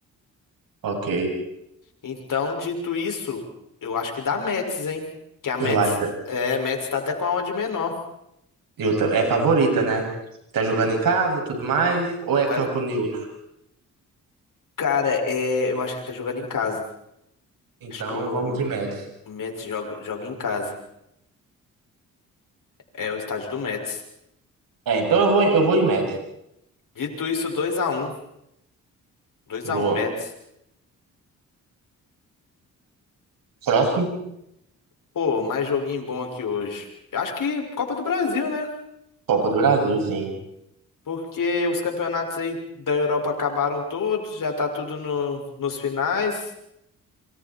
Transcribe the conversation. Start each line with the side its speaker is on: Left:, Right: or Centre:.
Right: Ok.
Left: Então, dito isso, eu acho que dá Metz, hein? Que a Metz,
Right: Eu acho.
Left: é, Metz tá até com a odd menor.
Right: Eu, ta- é favorita, né? Tá jogando em casa, tudo mais, ou é
Left: Tá,
Right: campo neutro?
Left: Cara, é, eu acho que ele tá jogando em casa.
Right: Então
Left: Acho que o
Right: vamos de Mets.
Left: Mets joga, joga em casa. É o estádio do Mets.
Right: É, então eu vou, eu vou em Mets.
Left: Dito isso, 2x1. 2x1,
Right: Boa.
Left: Mets.
Right: Próximo,
Left: Pô, mais joguinho bom aqui hoje. Eu Acho que Copa do Brasil, né?
Right: Copa do Brasil, sim.
Left: Porque os campeonatos aí da Europa acabaram todos, já tá tudo no- nos finais.